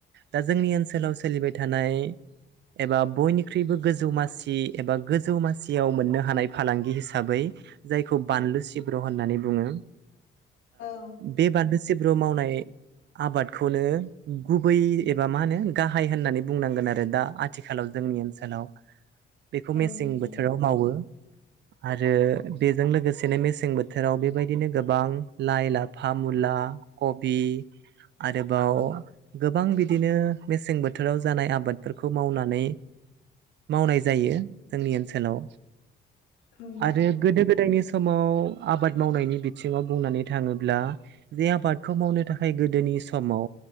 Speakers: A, on the right (about 60°); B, on the left (about 85°).
A: दा जोंनि ओनसोलाव सोलिबाय थानाय एबा बयनिख्रुइबो गोजौ मासि एबा गो जौमासियाव मोननो हानाय फालांगि हिसाबै जायखौ बानलु सिब्र' होननानै बुङो।
B: औ
A: बे बान्लु सिब्रु मावनाय आबादखौनो गुबै एबा मा होनो गाहाय होननानै बुंनांगोन आरो दा आथिखालाव जों जोंनि ओनसोलाव बेखौ मेसें
B: नंगौ
A: बोथोराव मावो। आरो बेजों लोगोसेनो मेसें बोथोराव बेबायदिनो गोबां लाइ लाफा मुला कबि आरोबाव गोबां बिदिनो मेसें बोथोराव जानाय आबादफोरखौ मावनानै मावनाय जायो जोंनि ओनसोलाव
B: औ
A: आरो गोदो गोदायनि समाव आबाद मावनायनि बिथिङाव बुंनानै थाङोब्ला जे आबादखौ मावनो थाखाय गोदोनि समाव